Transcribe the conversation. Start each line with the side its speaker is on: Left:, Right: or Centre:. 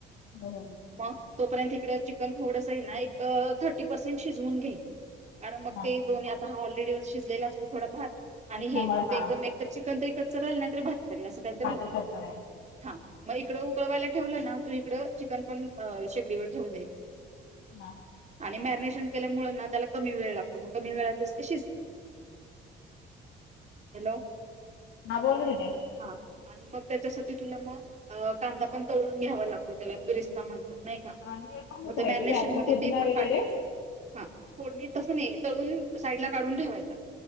Left: बरं..
Right: मग तोपर्यंत हिकडं चिकन थोडसं आहे ना, एक थर्टी पर्सेंट शिजवून घ्यायचं. कारण मग
Left: हा
Right: ते
Left: हा
Right: दोन्ही आता हा ऑलरेडी शिजलेला असतो थोडा भात
Left: त्याच्यामुळे
Right: आणि हे मग
Left: हा
Right: ते एकदम एक तर चिकन तरी कच्च राहिल, नाहीतरी भात तरी असं काहीतरी
Left: भाकर
Right: होत
Left: कट करायला
Right: हा मग इकडं उकळवायला ठेवला ना, तू इकडं चिकन पण शेगडीवर ठेवून द्यायचं.
Left: हा, हा.
Right: आणि मॅरिनेशन केल्यामुळे ना, त्याला कमी वेळ लागतो मग कमी वेळात तेच ते शिजतं... हॅलो.
Left: हां बोल ना दिदे.
Right: हा आणि मग त्याच्यासाठी तुला मग अ कांदा पण तळून घ्यावा लागतो, त्याला 'बिरिस्ता' म्हणतात. नाही का,
Left: आणि हे पण हे
Right: मग
Left: करायचं
Right: ते मॅरिनेशन
Left: काय आपलं
Right: मध्ये
Left: पुदिना
Right: ते पण
Left: वगैरे
Right: टाकायचं. हा. फोडणी तसं नाही, तळून साईडला काढून ठेवायचा,